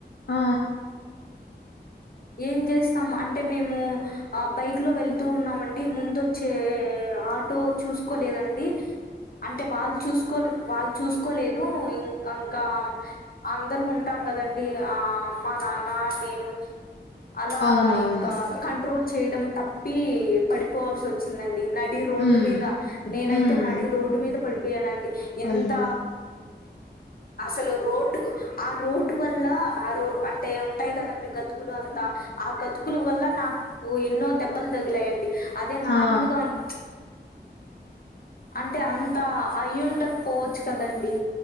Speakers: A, on the left; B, on the left.
A: ఆ
B: ఏం చేస్తాం అన్ అంటే మేము ఆ బైక్ లో వెళ్తూ ఉన్నామండి ముందు వచ్చే ఆట్ ో చూసుకోలేదండి అంటే వాళ్ళు చూసుకో వాళ్ళు చూసుకోలేదు ఇం ఇంకా అందరం ఉంటాం కదండీ ఆ అమ్మ నాన్న నేను అలా
A: అవునవును.
B: ఇంకా కంట్రోల్ చేయడం తప్పి పడిపోవల్సి వచ్చిందండి నడి రోడ్డు
A: హ్మ్.
B: మీద నేనైతే
A: హ్మ్.
B: నడి రోడ్డు మీద పడిపోయానండి ఎంత
A: అయ్యో!
B: అసలు రోడ్డు ఆ రోడ్డు వల్ల ఆ రోడ్ అంటే ఉంటాయి కదండి గత్ కులు అంతా ఆ గతుకుల వల్ల నాకు ఎన్నో దెబ్బలు తగిలాయండి అదే నార్మల్
A: ఆ! ఆ!
B: గా ఉం <inaudible> అంటే అంత అయ్యుండక పోవచ్చు కదండి